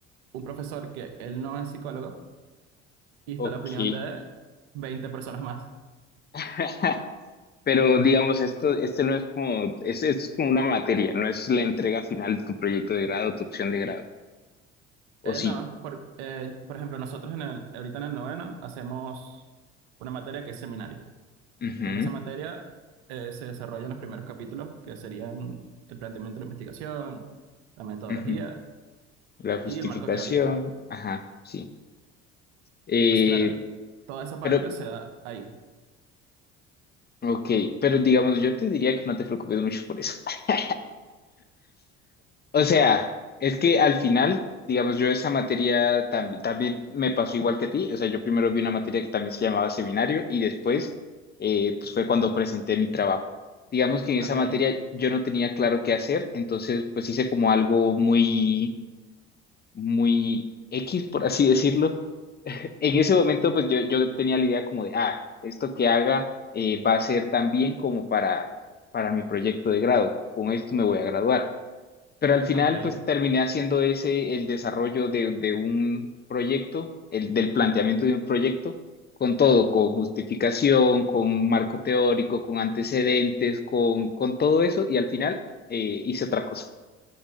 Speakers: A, on the right; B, on the left.
A: un profesor que él no es psicólogo y está
B: Ok.
A: la opinión de 20 personas más.
B: <laughs> Pero digamos, esto, este no es como, es, esto es como una materia, no es la entrega final de tu proyecto de grado, tu opción de grado, ¿o
A: Eh,
B: sí?
A: no, por, eh, por ejemplo, nosotros en el, ahorita en el noveno hacemos una materia que es seminario.
B: Ujú,
A: Y en esa materia eh, se desarrollan los primeros capítulos, que serían el planteamiento de la investigación, la metodología
B: ujú. La justificación,
A: y el marco teórico.
B: ajá, sí. Eh,
A: Entonces, claro, toda esa parte
B: pero
A: se da ahí.
B: Ok, pero digamos, yo te diría que no te preocupes mucho por eso. <laughs> O sea, es que al final, digamos, yo esa materia tam- también me pasó igual que a ti. O sea, yo primero vi una materia que también se llamaba seminario y después, eh, pues fue cuando presenté mi trabajo. Digamos que en
A: Ok,
B: esa materia yo no tenía claro qué hacer, entonces pues hice como algo muy, muy X, por así <laughs> decirlo. en ese momento, pues yo, yo tenía la idea como de, ah, esto que haga eh, va a ser tan bien como para, para mi proyecto de grado, con esto me voy a graduar. Pero al final,
A: ok,
B: pues terminé haciendo ese, el desarrollo de, de un proyecto, el del planteamiento de un proyecto, con todo, con justificación, con un marco teórico, con antecedentes, con, con todo eso, y al final eh, hice otra cosa.